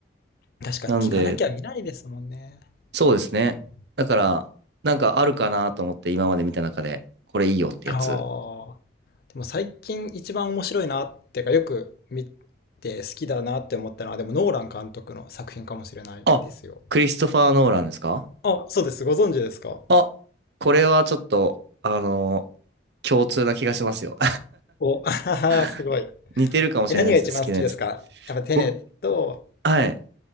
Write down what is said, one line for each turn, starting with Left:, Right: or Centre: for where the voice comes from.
Left: 確かに聞かなきゃ見ないですもんね。
Right: なんで、そうですね。
Left: うん
Right: だから、なんかあるかなと思って今まで見た中で、これいいよってやつ。
Left: ああ。でも最近一番面白いなっていうか、よく見て好きだなって思ったのは、でもノーラン監督の作品かもしれないですよ。
Right: あ、クリストファー・ノーランですか
Left: あ、そうです。ご存知ですか
Right: あ、これはちょっと、あのー共通な気がしますよ。
Left: お、<laughs> あははすごい。
Right: <laughs> 似てるかもしれないです、
Left: え、何が一番好きですかやっぱテネット、
Right: 好きなやつ。僕、はい、